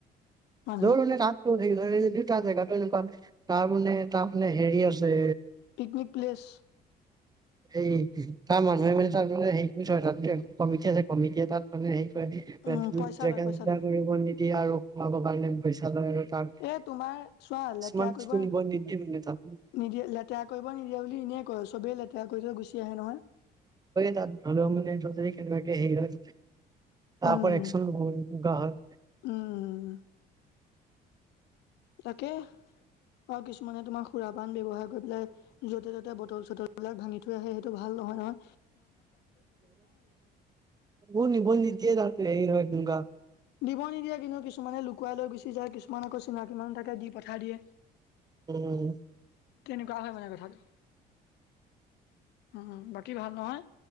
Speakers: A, on the left; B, on the right.
A: মানুহে
B: মানে তাতো হে দুয়টা জেগাতটো এনেকুৱা তাৰমানানে তাৰমানানে হেৰি আছে।
A: পিকনিক প্লেছ
B: সেই তাৰ মানুহে মানে তাৰ মে সে তাত কমিটি আছে কমিটিয় তাত মানে সেই।
A: উম পইচা
B: জে
A: লয়
B: জ
A: পইচা লয়
B: কৰিব নিদিয়ে আৰু খুৱাব কাৰণে পইচা লয় আৰু তাক
A: এ তোমাৰ চোৱা লেতেৰা
B: স্মাৰ্ট
A: কৰিব
B: ব মপনি <unintelligible>
A: নিদিয়ে লেতেৰা কৰিব নিদিয়ে বুলি এনেই কয় চবেই লেতেৰা কৰি থ গুচি আহে নহয়।
B: তাত ভাল মানে কে হেৰী হয়। তপ
A: উম,
B: একচ গা হয়।
A: উম, তাকে। অ' কিছুমানে তোমাৰ খুৰা পান ব্যয়ৱহাৰ কৰি পেলাই য'তে ত'তে বটল চটলিলাক ভাঙি থৈ আহে সেইটো ভাল। নহয়-নহয়।
B: নিন নিজে যে নিগ <unintelligible>
A: দিব নিদিয়ে কিন্তু কিছুমানে লুকুৱাই লৈ গুচি যায় কিছুমান আকৌ চিনাকি মানুহ থাকে দি পঠাই দিয়ে
B: উম
A: কেনেকুৱা হয় মানে কথাটো উম বাকী ভাল নহয়